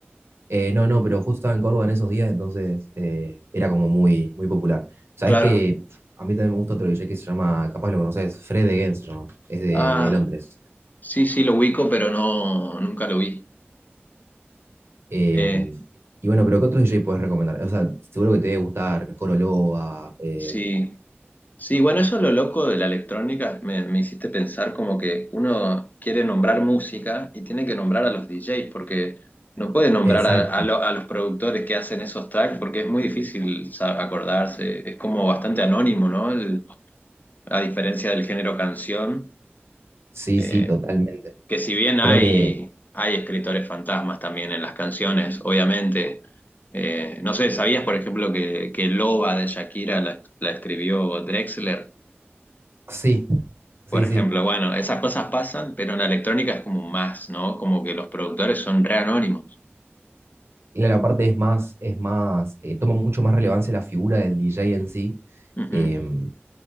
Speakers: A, on the right (about 70°); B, on the left (about 40°).
A: Eh, no, no, pero justo estaba en Córdoba en esos días, entonces eh, era como muy, muy popular. Sabes
B: Claro.
A: que a mí también me gusta otro DJ que se llama, capaz lo conoces, Fred Again se llama, es de,
B: Ah,
A: de Londres.
B: sí, sí, lo ubico, pero no, nunca lo vi.
A: Eh,
B: Eh,
A: y bueno, pero ¿qué otro DJ puedes recomendar? O sea, seguro que te debe gustar Corolova eh,
B: sí, sí, bueno, eso es lo loco de la electrónica. Me, me hiciste pensar como que uno quiere nombrar música y tiene que nombrar a los DJs, porque no puede nombrar
A: exacto,
B: a, a lo- a los productores que hacen esos tracks, porque es muy difícil sa- acordarse. Es como bastante anónimo, ¿no? El- a diferencia del género canción.
A: sí,
B: eh,
A: sí, totalmente.
B: que si bien
A: Creo
B: hay,
A: que
B: hay escritores fantasmas también en las canciones, obviamente, eh, no sé, ¿sabías, por ejemplo, que, que Loba de Shakira la, la escribió Drexler?
A: sí, sí,
B: Por ejemplo,
A: sí.
B: bueno, esas cosas pasan, pero en la electrónica es como más, ¿no? Como que los productores son re anónimos.
A: Y la parte es más, es más, eh, toma mucho más relevancia la figura del DJ en sí.
B: Ujú.
A: em,